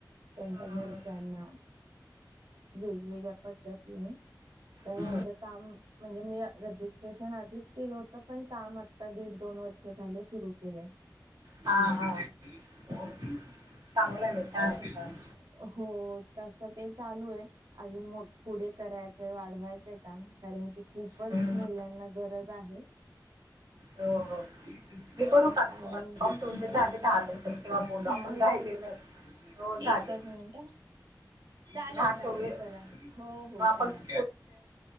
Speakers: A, on the right; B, on the right.
A: त्यांच्या
B: हं, हं.
A: घरच्यांना. वेगवेगळ्या पद्धतीने तर
B: हा
A: हच काम. म्हणजे मी रजिस्ट्रेशन आधीच केलं होतं. पण काम आता दीड. दोन वर्ष झालं सुरु केले.
B: हा हा चांगलं ना छान
A: असं
B: छान.
A: हो तस ते चालू आहे. अजून पुढे करायचंय वाढवायचंय काम कारण की खूपच
B: हम्म.
A: महिलांना. गरज आहे.
B: हो हो मी करू का तुम्हाला
A: आणि
B: म तुमचे झाले दहा मिनिटं? तेव्हा बोलू
A: झाले
B: आपण राहिलेलं.
A: का
B: हो झाले.
A: एकच मिनिट हा चालेल
B: <unintelligible>
A: चालेल करा. हो हो
B: म आपण.
A: करा
B: <inaudible>